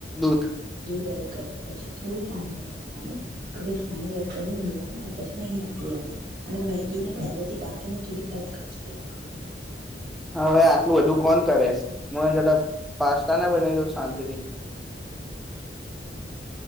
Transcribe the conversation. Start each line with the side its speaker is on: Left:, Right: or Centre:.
Centre: દૂધ
Right: દૂધ એડ કરવા પછી થોડું પા પાણી એડ કરવાનું પસી <unintelligible> એડ કરીને મિલાય ને પછી મેગી નાખી દેવાની અને મેગી ને પહેલેથી બાફીને થોડી કચ કચી રાખવાની.
Centre: હા વે આટલું બધું કોણ કરે. હ કતા પાસ્તાના બનાવ્યો શાંતિથી.